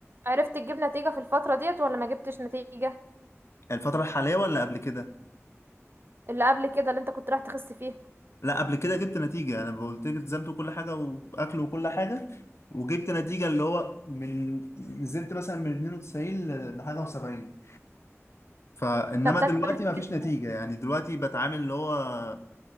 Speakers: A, on the right; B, on the left.
A: عرفت تجيب نتيجة في الفترة ديت ولا ما جبتش نتيجة
B: الفتره الحاليه ولا قبل كده
A: اللي قبل كده اللي انت كنت رايح تخس فيها
B: لا قبل كده جبت نتيجه انا قلت لك التزمت بكل حاجه واكل وكل حاجه وجبت نتيجه اللي هو من نزلت مثلا من 92 ل- لحاجه و70 فانما
A: ده ده
B: دلوقتي
A: كويس
B: ما فيش
A: جدا
B: نتيجه يعني دلوقتي بتعامل اللي هو